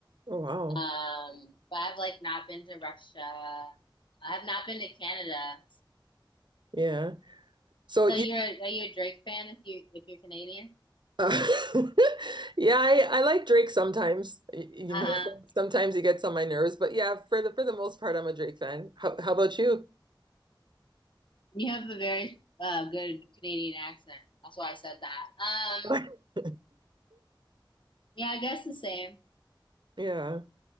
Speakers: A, on the right; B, on the left.
A: Oh wow.
B: Um, but I've like not been to Russia. I've not been to Canada.
A: Yeah. So you
B: So you're are you a Drake fan if you if you're Canadian?
A: Uh, <laughs> yeah, I, I like Drake sometimes. Y- You
B: Uh-huh.
A: know, some- sometimes he gets on my nerves, but yeah, for the for the most part, I'm a Drake fan. How, how about you?
B: You have a very uh good Canadian accent. That's why I said that. Um,
A: <laughs>
B: yeah, I guess the same.
A: Yeah.